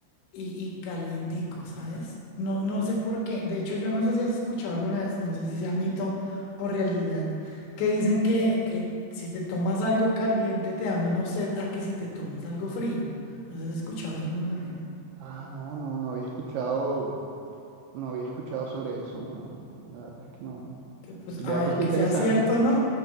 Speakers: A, on the left; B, on the right.
A: y, y calientico, ¿sabes? No, no sé por qué. De hecho, yo no sé si has escuchado alguna vez, no sé si sea mito o realidad, que dicen que, que si te tomas algo caliente te da menos sed a que si te tomas algo frío. ¿No sé si has escuchado eso alguna vez?
B: Ah, no, no, no había escuchado, no había escuchado sobre eso, no. La verdad es que no.
A: Que pues,
B: Vea,
A: a ver,
B: pues qué
A: que
B: interesante.
A: sea cierto, ¿no?